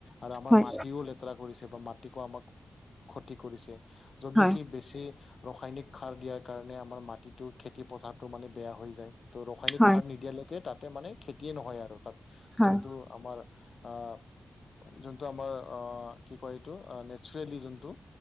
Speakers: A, on the left; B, in the centre.
A: আৰু আমাৰ
B: হয়
A: মাটিও লেতেৰা কৰিছে বা মাট আমাক ক্ষতি কৰিছে, য'ত
B: হয়
A: নেকি বেছি ৰাসায়নিক সাৰ দিয়াৰ কাৰণে আমাৰ মাটিটো খেতি পথাৰটো মানে বেয়া হৈ যায়। ত ৰাসায়নিক
B: হয়
A: সাৰ নিদিয়ালৈকে তাতে মানে খেতিয়ে নহয় আৰু তাত
B: হয়
A: যোনটো আমাৰ অ', যোনটো আমাৰ অ', কি কয় এইটো নেচাৰেলি যোনটো,